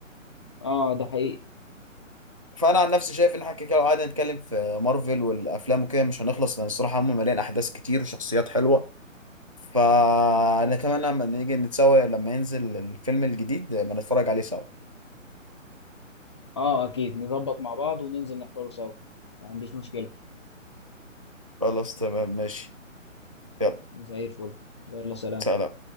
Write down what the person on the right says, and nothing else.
فانا عن نفسي شايف ان احنا كده لو قعدنا نتكلم في مارفل والافلام وكده مش هنخلص لان الصراحه هم مليان احداث كتير وشخصيات حلوه فنتمنى لما نيجي نتسوى لما ينزل الفيلم الجديد ما نتفرج عليه سوا
خلاص تمام ماشي يلا
سلام